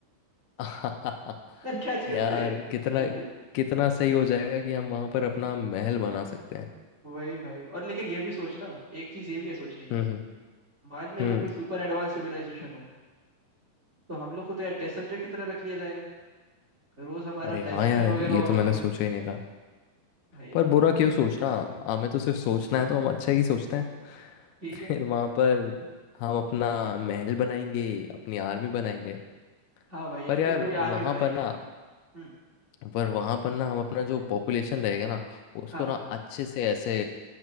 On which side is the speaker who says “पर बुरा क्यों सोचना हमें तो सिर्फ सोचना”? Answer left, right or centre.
Left